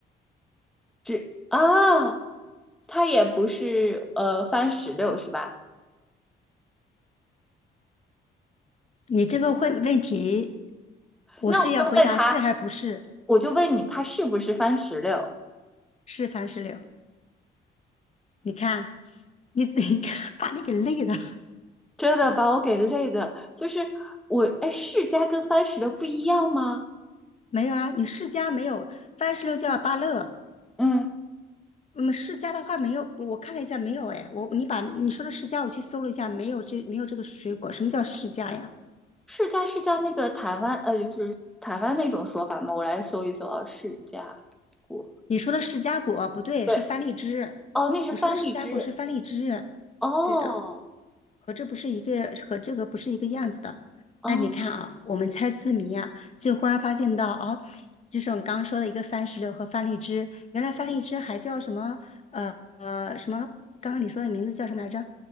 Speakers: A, in the centre; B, on the left (about 35°).
A: 只啊，它也不是呃番石榴是吧？
B: 你这个问问题，我是要回答是还是不是？
A: 那我就问他，我就问你，它是不是番石榴？
B: 是番石榴？你看，你 <laughs> 你看把你给累的。
A: 真的把我给累的，就是我哎，释迦跟番石榴不一样吗？
B: 没有啊，你世家没有番石榴叫芭乐，
A: 嗯，
B: 嗯，释迦的话没有，我看了一下没有哎，我你把你说的释迦我去搜了一下，没有这没有这个水果，什么叫释迦呀？
A: 释迦是叫那个台湾呃，就是台湾那种说法吗？我来搜一搜啊，释迦果，
B: 你说的释迦果不对，
A: 对，
B: 是番荔枝，
A: 哦，那是番荔枝，
B: 你说的释迦果是番荔枝，
A: 哦，
B: 对的，和这不是一个和这个不是一个样子的。
A: 哦，
B: 哎，你看啊，我们猜字谜啊，就忽然发现到哦，就是我们刚刚说的一个番石榴和番荔枝，原来番荔枝还叫什么呃呃什么？刚刚你说的名字叫什么来着？